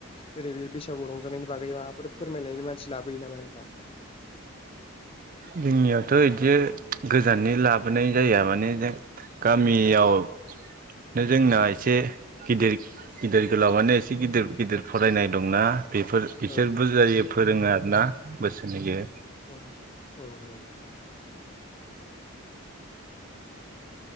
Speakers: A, on the left (about 25°); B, on the right (about 40°).
A: जेरै बे बैसागु रंजानायनि बागै माबाफोर फोरमायनायनि मानसि लाबोयो नामा नोंथां
B: जोंनियावथ' यिदि गोजाननि लाबोनाय जाया माने जों गामियावनो जोंना एसे गिदिर गिदिर गोलावानो एसे गिदिर गिदिर फरायनाय दंना बेफोर बिसोर
A: औ
B: बुजायो फोरोङो आरो ना बोसोन होयो‌
A: औ-औ